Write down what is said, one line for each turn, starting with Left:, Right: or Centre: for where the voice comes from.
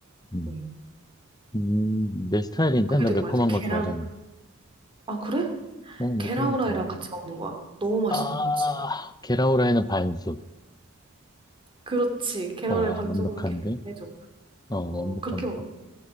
Left: 음.
Right: 음
Left: 음, 내 스타일인데?
Right: 그게
Left: 나
Right: 되게
Left: 매콤한
Right: 맛있어. 계란.
Left: 거 좋아하잖아.
Right: 아, 그래?
Left: 어, 매콤한
Right: 계란
Left: 거
Right: 후라이랑
Left: 좋아해.
Right: 같이 먹는 거야. 너무 맛있는
Left: 아,
Right: 거지.
Left: 계라우라에는 반숙.
Right: 그렇지. 계란을
Left: 어,
Right: 반숙으로
Left: 완벽한데?
Right: 걔네가 해줘.
Left: 어,
Right: 어,
Left: 완벽한데?
Right: 그렇게 먹으면